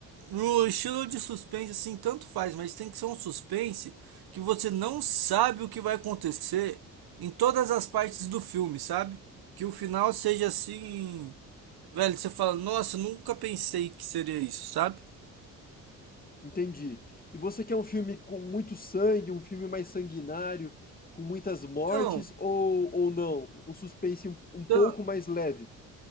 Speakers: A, on the right; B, on the left.
A: no estilo de suspense, assim, tanto faz, mas tem que ser um suspense que você não sabe o que vai acontecer em todas as partes do filme, sabe? Que o final seja assim. Velho, você fala, nossa, nunca pensei que seria isso, sabe?
B: Entendi. E você quer um filme com muito sangue, um filme mais sanguinário, com muitas mortes,
A: Então,
B: ou, ou não? Um suspense um, um pouco
A: tan-
B: mais leve.